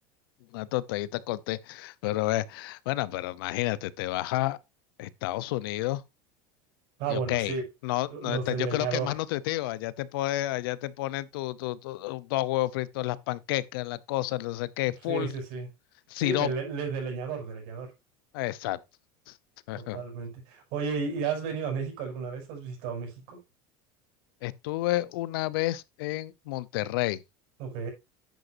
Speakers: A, on the left; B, on the right.
A: una tostadita con té. Pero eh, bueno, pero imagínate, te vas a Estados Unidos
B: Ah,
A: Y
B: bueno,
A: ok,
B: sí,
A: no,
B: lo-
A: no,
B: los
A: este,
B: del
A: yo
B: leñador.
A: creo que es más nutritivo. Allá te pone, allá te ponen tu, tu- tu- dos huevos fritos, las panquecas, las cosas, no sé qué, full
B: Sí, sí, sí.
A: sirop.
B: Sí, de, le- le- de leñador, de leñador.
A: Exacto. <laughs>
B: Totalmente. Oye, ¿y, y has venido a México alguna vez? ¿Has visitado México?
A: Estuve una vez en Monterrey.
B: Ok.